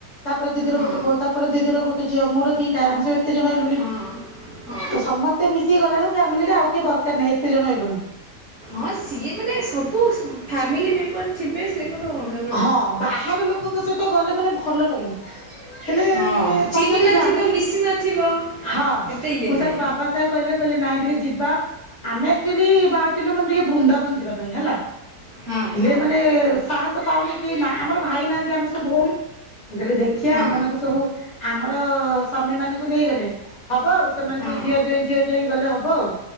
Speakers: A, on the left; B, on the right.
A: ତା ପରେ ଦିଦିର
B: ହଁ
A: ଗୋଟେ ପୁଅ ତା ପରେ ଦିଦିର ଗୋଟ ଝିଅ ମୋର ଦିଟା ଆମେ ସବୁ ଏତେ ଜଣ ହେଲୁଣି।
B: ହଁ ହଁ
A: ତ ସମସ୍ତେ ମିଶିକି ଗଲା ବେଳକୁ ଫ୍ୟାମିଲି ରେ ଆଉ କିଏ ଦରକାର ନାହିଁ ଏତେ ଜଣ ହେଲୁଣି।
B: ହଁ ସିଏ ମାନେ ସବୁ ସ ଫ୍ୟାମିଲି ମେମ୍ବର ଥିବେ ସିଏ ଗୋଟେ ଅଲ
A: ହଁ ବାହାର ଲୋକଙ୍କ ସେହିତ ଗଲେ ମାନେ ଭଲ ଲାଗେନି। ହେଲେ
B: ହଁ
A: ମାନେ ତଥାପି
B: ଚିହ୍ନି ନଥିବ
A: ଫ୍ୟାମିଲୀ
B: ମିଶି ନଥିବ
A: ହାଁ
B: ଏତେ ଇଏ
A: ମୁଁ ସେଇଆ
B: ନାହିଁ
A: କ ବାବା ସେ ସେଇଆ କହିଲେ କହିଲେ ନାଇଁ ଟିକେ ଯିବା। ଆମେ ଆକ୍ଚୁଲି ବାହାରି ଥିଲୁ ମାନେ ଟିକେ ବୃନ୍ଦାବନ ଯିବା ପାଇଁ ହେଲା।
B: ହଁ
A: ହେଲେ
B: ହଁ
A: ମାନେ ସାହସ ପାଉନି କେଇ ନା ଆମର ଭାଇ ନାହାନ୍ତି ଆମେ ସବୁ ଭଉଣୀ। ମୁଁ କହିଲି ଦେଖିଆ
B: ହଁ
A: ଏମାନଙ୍କୁ ସବୁ ଆମର ସ୍ୱାମୀ ମାନକୁ ନେଇଗଲେ। ହବ ଆଉ ସେମାନେ
B: ହଁ
A: ସବୁ ଝିଅ ଜ୍ୱାଇଁ ଝିଅ ଜ୍ୱାଇଁ ଗଲେ ହବ ଆଉ